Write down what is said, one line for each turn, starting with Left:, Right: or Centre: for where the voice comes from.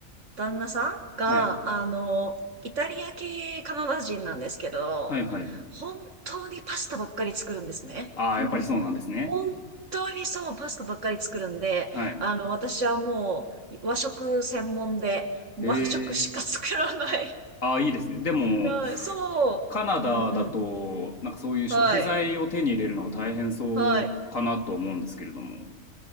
Right: 旦那さんが、
Left: はい。
Right: あの、イタリア系カナダ人なんですけど、
Left: はいはい。
Right: 本当にパスタばっかり作るんですね。
Left: ああ、
Right: <laughs>
Left: やっぱりそうなんですね。
Right: 本当にそう、パスタばっかり作るんで、
Left: はい。
Right: あの、私はもう和食専門で、和食しか作らない。
Left: ええああ、いいですね。でも、
Right: <laughs> はい、そう。
Left: カナダだと、
Right: うんうん。
Left: なんかそういう食材を手に入れるのは大変そうかなと思うんですけれども。
Right: はい。はい。